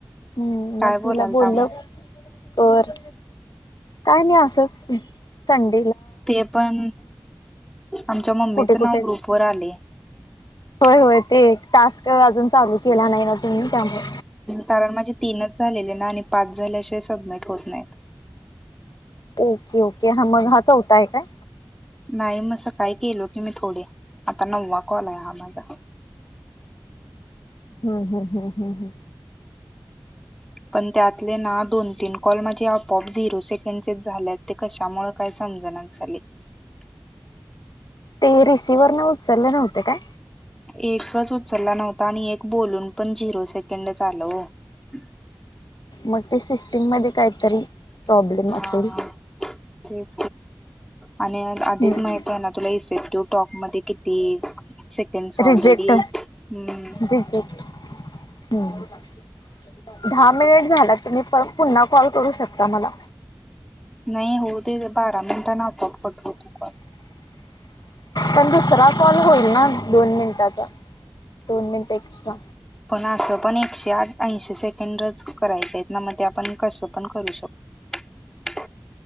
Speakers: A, on the left; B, in the centre.
A: हम्म
B: काय
A: म
B: बोलालता
A: तिला बोललं
B: मग
A: कर काय नाही असचं की संड
B: ते पण, आमच्या मम्मीचं
A: कुठे कुठे
B: नाव ग्रुप वर आलय
A: होय
B: <unintelligible>
A: होय ते टास्क अजून चालू केला नाही ना तुम्ही त्यामुळ
B: कारण माझे तीनच झालेले ना आणि पाच झाल्याशिवाय सबमिट होत नाहीत.
A: ओके, ओके हा मग हा चौथा आहे काय?
B: नाही म सकाळी केलो की मी थोडे. आता नववा कॉल हाय हा माझा
A: हम्म हम् हम्म हम्म हम्
B: पण त्यातले ना दोन तीन कॉल माझे आपोआप झिरो सेकंडचे झाल्यात ते कशामुळे काय समजना झालय. <unintelligible>
A: ते रिसिवर्हर न उचलले नव्हते काय?
B: एकच उचलला नव्हता आणि एक बोलून पण झिरो सेकंड झालं हो. <inaudible>
A: मग ते सिस्टीम मध्ये काहीतरी प्रॉब्लेम
B: हा
A: असेल.
B: तेच आणि आधीच
A: हम्म.
B: माहित आहे ना तुला इफेक्टिव्ह टॉक मध्ये ती सेकंडस ऑलरेडी
A: रिजेक्ट
B: हम्
A: रिजेक्ट <unintelligible> दहा मिनिट झाला. तुम्ही परत पुन्हा कॉल करू शकता मला.
B: नाही हो ते बारा मिनिटां न आपोआप कट होतो कॉल.
A: पण दुसरा कॉल होईल ना दोन मिनिटाचा दोन मिनट एक्स्ट्रा
B: पण असं पण एकशे आठ ऐंशी सेकंडच करायचे आहेत ना मग ते आपण कसं पण करू शकतो.. <inaudible>